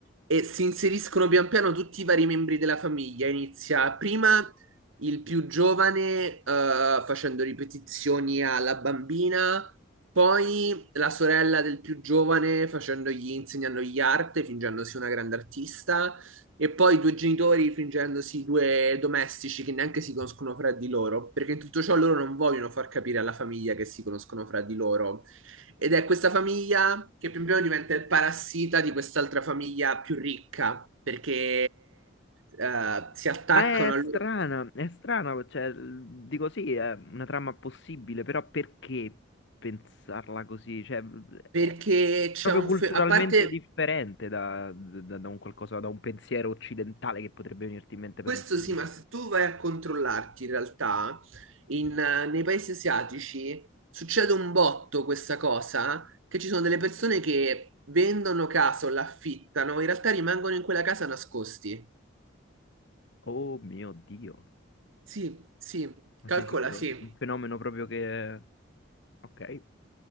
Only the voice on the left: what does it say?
Ma è
strana, è strana, cioè, l- dico sì, è una trama possibile, però perché pensarla così? Cioè,
è
proprio
culturalmente
differente da, da- da un qualcosa, da un pensiero occidentale che potrebbe venirti in mente
per un film.
Oh mio Dio,
ma
sei sicuro?
Un fenomeno proprio che... Ok.